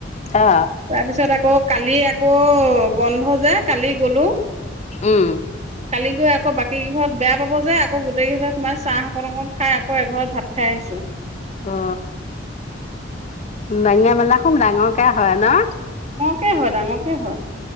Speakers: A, on the left; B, on the right.
A: অ
B: তাৰপিছত আকৌ, কালি আক <unintelligible> বন্ধ যে কালি গ'লো।
A: উম
B: কালি সেই আকৌ বাকী গিঘৰত বেয়া পাব যে, আকৌ গোটেইকেই ঘৰত সোমাই চাহ অকন অকন খাই আকৌ এঘৰত ভাত খাই আহিছো।
A: অ। বাঙিয়া মেলা, খুৱ ডাঙৰ কে হয়। ন।
B: কে হয় ডাঙৰকে হয়।